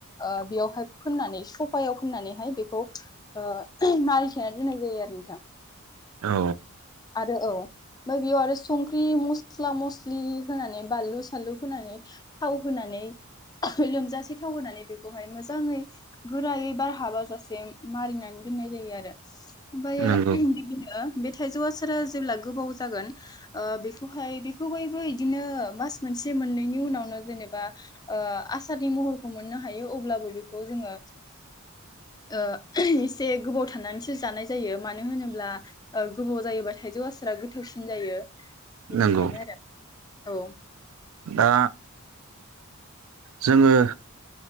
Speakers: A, on the left (about 20°); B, on the right (about 65°).
A: ओ बेयावहाय फोननानै सफायाव फोननानैहाय बेखौ ओ मारिथेनानै दोननाय जायो आरो नोंथां।
B: औ
A: आरो औ ओमफाय बेयाव आरो संख्रि मस्ला-मस्लि होनानै बानलु-सानलु होनानै थाव होनानै लोमजासे थाव होनानै बेखौहाय मोजाङै गोरायै बार हाबाजासे मारिनानै दोननाय जायो आरो। ओमफायो
B: नंगौ
A: बिदिनो बे थाइजौ आसारा जेब्ला गोबाव जागोन ओ बेखौहाय बेखौ बायबो इदिनो मास मोनसे मोननैनि उनावनो जेनेबा ओ आसारनि महरखौ मोननो हायो अब्लाबो बेखौ जोङो ओ एसे गोबाव थानानैसो जानाय जायो मानो होनोब्ला गोबाव जायोबा थाइजौ आसारा गोथावसिन जायो। बेनिखायनो
B: नंगौ
A: आरो। औ।
B: दा जोङो